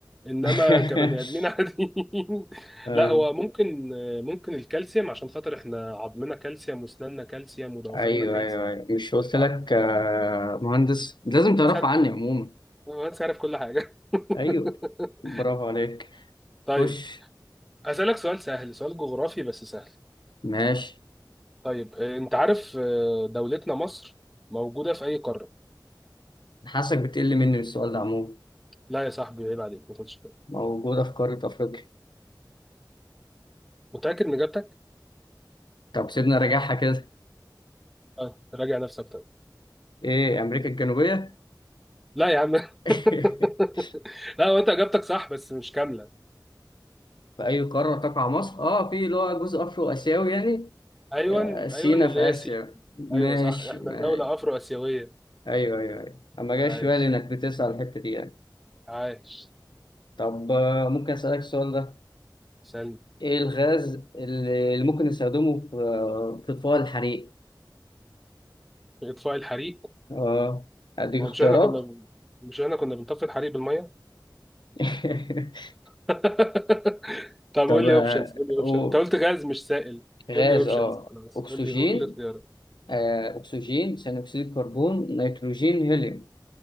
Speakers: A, in the centre; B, on the left.
A: انما
B: <laughs>
A: كبني ادمين عاديين <laughs>
B: آه.
A: لا هو ممكن آه، ممكن الكالسيوم عشان خاطر احنا عظمنا كالسيوم واسناننا كالسيوم وضوافرنا
B: ايوه
A: كالسيوم
B: ايوه ايوه مش قلت
A: اه
B: لك آه مهندس لازم تعرف
A: انت عارف
B: عني
A: كل حاجة
B: عموما
A: آه، انت عارف كل حاجة <laughs>
B: ايوه برافو عليك
A: طيب
B: خش
A: هسألك سؤال سهل سؤال جغرافي بس سهل
B: ماشي
A: طيب آه، انت عارف آه، دولتنا مصر موجودة في اي قارة
B: حاسك بتقل مني من السؤال ده عموما
A: لا يا صاحبي عيب عليك ما كنتش
B: موجودة في قارة افريقيا
A: متأكد من اجابتك
B: طب سيبنا راجعها كده
A: اه راجع نفسك طيب
B: <laughs> ايه امريكا الجنوبية
A: لا يا عم <laughs>
B: <laughs>
A: لا هو انت اجابتك صح بس مش كامله
B: في أي قارة تقع مصر؟ آه في اللي هو جزء أفرو آسيوي يعني
A: ايوه
B: آه سينا
A: ايوه اللي
B: في آسيا
A: هي سي
B: ماشي,
A: ايوه صح احنا
B: ماشي.
A: دوله افرو اسيويه
B: أيوه أيوه أيوه أما جاش
A: عايش
B: في بالي إنك بتسأل الحتة دي يعني
A: عايش
B: طب آه، ممكن أسألك السؤال ده
A: سلم
B: إيه الغاز اللي اللي ممكن نستخدمه في آه، في إطفاء الحريق؟
A: اطفاء الحريق
B: آه أديك
A: هو
B: اختيارات
A: مش احنا كنا مش احنا كنا بنطفي الحريق بالميه
B: <laughs>
A: <laughs> طب
B: طب
A: قول
B: آه،
A: لي اوبشنز قول لي اوبشن
B: و-
A: انت قلت غاز مش سائل
B: غاز
A: قول لي اوبشنز
B: آه
A: خلاص
B: أكسجين
A: قول لي قول لي اختيارات
B: آه أكسجين ثاني أكسيد الكربون نيتروجين هيليوم